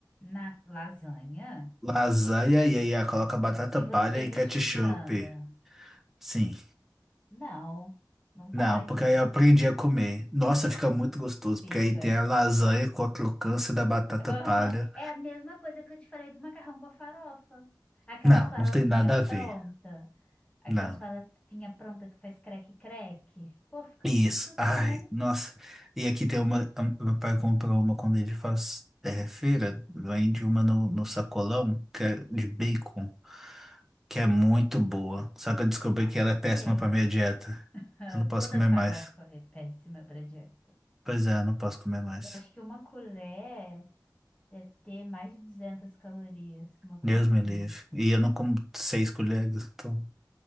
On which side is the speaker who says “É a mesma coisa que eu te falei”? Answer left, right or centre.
Left